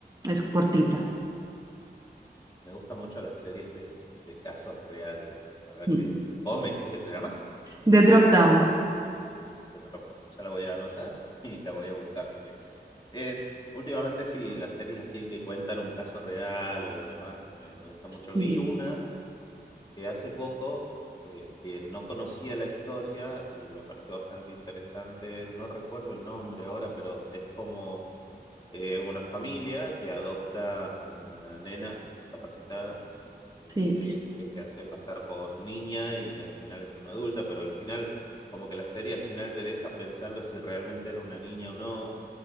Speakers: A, on the right (about 20°); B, on the left (about 25°).
A: Es cortita.
B: Me gustan mucho las series de, de casos reales. La verdad
A: Mm.
B: que... ¿Cómo me dijiste que se llama?
A: The Drop Down.
B: The Dropdown. Ya la voy a anotar <laughs> y la voy a buscar porque es... Últimamente sí, las series así que cuentan un caso real o demás, me, me gusta mucho.
A: Sí,
B: Vi una eh, hace poco eh, que no conocía la historia y me pareció bastante interesante. No recuerdo el nombre ahora, pero es como eh, una familia que adopta una nena discapacitada eh,
A: sí,
B: que se hace pasar por niña y al final es una adulta, pero al final, como que la serie al final te deja pensando si realmente era una niña o no.